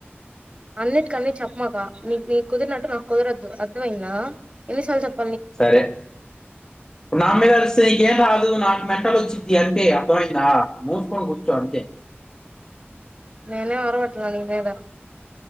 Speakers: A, on the right; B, on the left.
A: అన్నిటికన్ని చెప్పమాక నీక్ నీక్ కుదిరినట్టు నాకు కుదరద్దు అర్థమైందా ఎన్ని సార్లు చెప్
B: సరే నామీద అరుస్ తే ఏం రాదు నాకు మెంటల్ వచ్చింది అంతే అర్థమైందా మోసుకొని కూర్చో అంతే
A: నేనేం అర్వట్లే నీ మీద